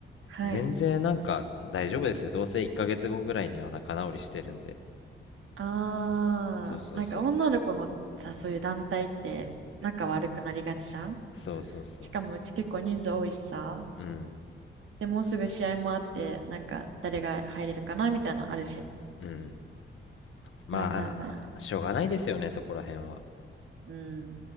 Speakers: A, on the right; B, on the left.
A: はい。
B: 全然なんか大丈夫ですよ。どうせ1ヶ月後ぐらいには仲直りしてるんで。
A: あー、
B: そうそうそう。
A: なんか女の子のさ、そういう団体って仲悪くなりがちじゃん
B: そうそうそう。
A: しかもうち結構人数多いしさ。
B: うん、
A: で、もうすぐ試合もあって、なんか誰が入れるかなみたいなのあるし。
B: うん。まあ、
A: まあまあまあ。
B: しょうがないですよね、そこら辺は。
A: うん。